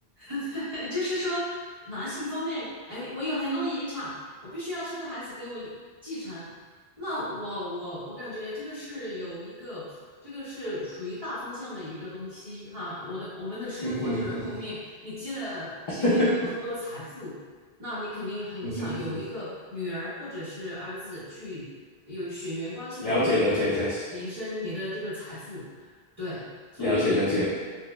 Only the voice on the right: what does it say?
对，<laughs> 就是说男性方面，哎，我有很多遗产，我必须要生个孩子给我继承。那我我我感觉这个是有一个，这个是属于大方向的一个东西哈。我的我们的生活就是后面你积累了积累了那么多财富，
那你肯定很想有一个女儿或者是儿子去有血缘关系的给你延延伸你的这个财富，
对。所以，